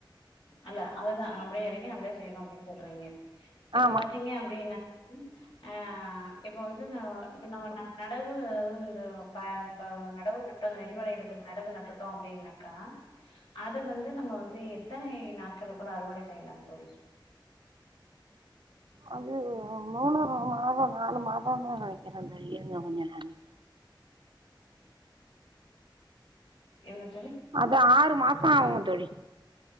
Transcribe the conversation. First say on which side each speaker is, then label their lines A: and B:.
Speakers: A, on the left; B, on the right.
A: அல்ல அதுதா நம்மளே எறங்கி நம்மளே செய்யணோ அப்டீனு சொல்றீங்க இப்ப
B: ஆமா
A: பாத்தீங்க அப்டின்னா <unintelligible> ஆ இப்போ வந்து நம்ம நம்ம நடவு இந்த ப இந்த நடவு நட் இப்ப இந்த நெல் வெளயிறதுக்கு நடவு நட்டுட்டோ அப்டீன்னாக்கா அத வந்து நம்ம வந்து எத்தனை நாட்களுக்குள்ள அறுவடை செய்யலா தோழி
B: அது மூணு மாதோ நாலு மாதோனு நெனைக்குறே தோழி இருங்க கொஞ்சோ நாழி
A: என்ன தோழி
B: அது ஆறு மாசோ ஆவுங்க தோழி